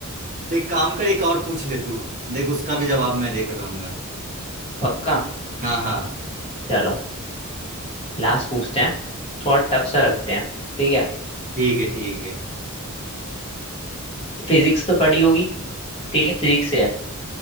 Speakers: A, on the right; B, on the left.
A: तो एक काम कर एक और पूछ ले तू देख उसका भी जवाब मैं देकर रहूंगा
B: पक्का
A: हाँ हाँ
B: चलो लास्ट पूछते हैं थोड़ा टफ सा रखते हैं ठीक है
A: ठीक है ठीक है
B: फिजिक्स तो पढ़ी होगी ठीक है फिजिक्स है